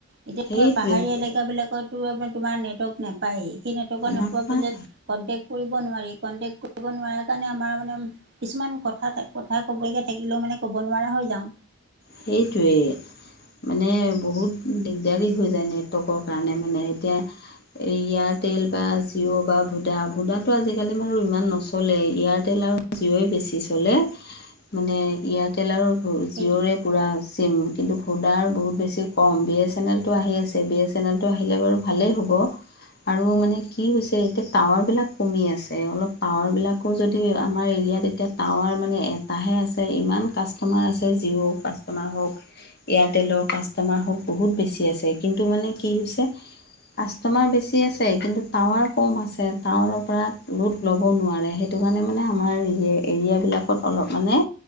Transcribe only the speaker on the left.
সেইটোৱেইতো
নাপায়
সেইটোৱেই। মানে বহুত দিগদাৰী হৈ যায় নেটৱৰ্কৰ কাৰণে মানে এতিয়া এই এয়াৰটেল বা জিঅ' বা ভুডা--ভুডাটো আজিকালি মানুহ ইমান নচলে, এয়াৰটেল আৰু জিঅ'ই বেছি চলে মানে এয়াৰটেল আৰু
জিঅ'ৰে পুৰা চিম কিন্তু ভুডাৰ বহুত বেছি কম। বি এছ এন এল টো আহি আছে, বি এছ চেনেলটো আহিলে বাৰু ভালেই হ'ব। আৰু মানে কি হৈছে এতিয়া টাৱাৰবিলাক কমি আছে, অলপ টাৱাৰবিলাক আকৌ যদি আমাৰ এৰিয়াত এতিয়া টাৱাৰ মানে এটাহে আছে, ইমান কাষ্টমাৰ আছে জিঅ'ৰ পৰা আমাৰ হওঁক, এয়াৰটেলৰ কাষ্টমাৰ হওঁক, বহুত বেছি আছে কিন্তু মানে কি হৈছে কাষ্টমাৰ বেছি আছে কিন্তু টাৱাৰ কম আছে। টাৱাৰৰ পৰা লোড ল'ব নোৱাৰে সেইটো কাৰণে মানে আমাৰ এৰিয়াবিলাকত অলপ মানে